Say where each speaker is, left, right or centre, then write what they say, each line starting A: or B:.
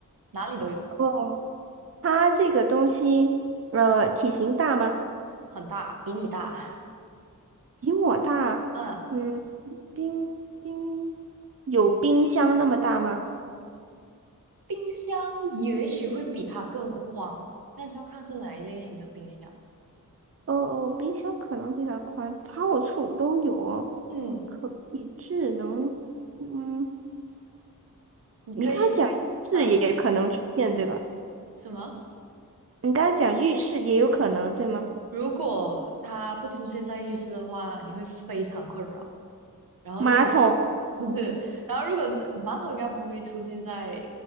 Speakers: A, on the right (about 90°); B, on the right (about 45°).
A: 哪里都有，
B: 哦，它这个东西，呃，体型大吗？
A: 很大，比你大。
B: 比我大。
A: <laughs> 嗯，
B: 嗯，冰冰有冰箱那么大吗？
A: 冰箱也许会比它更宽，那就要看是哪一类型的冰箱。
B: 哦哦，冰箱可能比它宽，到处都有。
A: 嗯，
B: 可以智能，嗯，
A: 你可以，
B: 你刚才讲浴室也可能出现，
A: 嗯，
B: 对吧？
A: 什么？
B: 你刚才讲浴室也有可能，对吗？
A: 如果它不出现在浴室的话，你会非常困扰。然后如果
B: 马桶，
A: 不是，然后如果马桶应该不会出现在